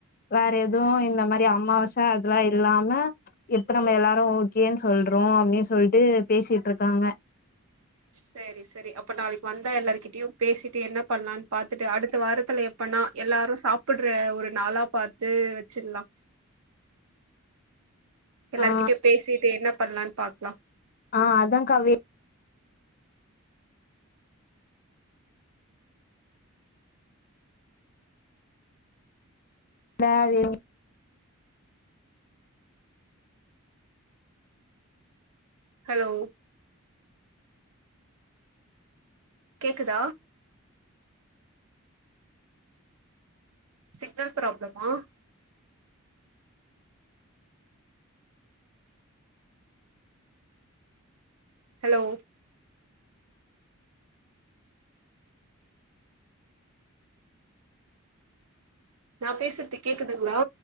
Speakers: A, on the left; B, on the right.
A: வேற எதுவு இந்த மாரி அம்மாவாச அதுல்லா இல்லாம எப்ப நம்ம எல்லாரு ஓகேன் சொல்றோ அப்பிடின் சொல்ட்டு பேசிட்டு இருக்காங்க
B: சேரி சேரி அப்ப நாளைக்கு வந்தா எல்லாருகிட்டயு பேசிட்டு என்ன பண்லான் பாத்துட்டு அடுத்த வாரத் த்துல எப்பனா எல்லாரும் சாப்புடுற ஒரு நாளா பாத்து வச்சிரலாம் எல்லாருகிட்டயும்
A: ஆ
B: பேசிட்டு என்னப் பண்லான்னு பாக்லாம்
A: ஆஹ் அதாங்காவே தான் வேணும்
B: ஹலோ கேக்குதா சிக்னல் ப்ராப்ளமா ஹலோ நான் பேசுறது கேக்குதுங்ளா